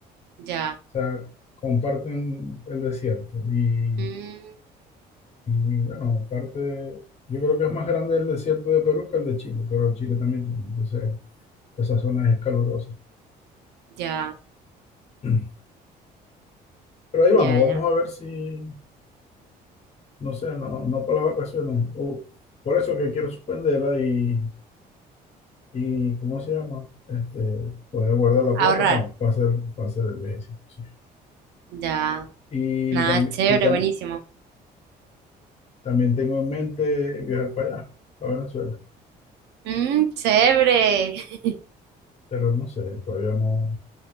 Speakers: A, on the right; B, on the left.
A: Ya.
B: O sea, comparten el desierto y,
A: Mm,
B: y, bueno, parte, yo creo que es más grande el desierto de Perú que el de Chile, pero Chile también tiene, entonces esa zona es calurosa.
A: ya,
B: <clears throat> Pero ahí vamos,
A: ya,
B: vamos
A: ya.
B: a ver si, no sé, no, no para las vacaciones, o por eso que quiero suspenderla y, y ¿cómo se llama? Este, poder guardar la
A: Ahorrar.
B: plata para hacer, pa hacer el viaje. sí
A: Ya.
B: Y
A: Nada,
B: también,
A: chévere,
B: y también,
A: buenísimo.
B: También tengo en mente viajar para allá, para Venezuela,
A: Mm, chévere. <laughs>
B: pero no sé, todavía no,